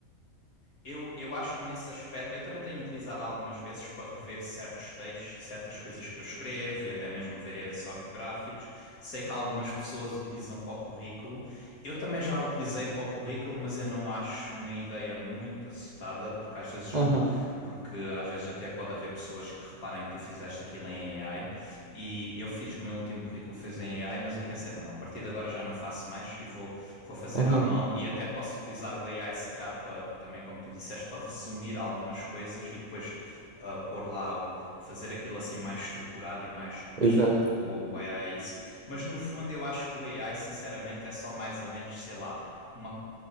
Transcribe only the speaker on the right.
Aham,
aham,
exato.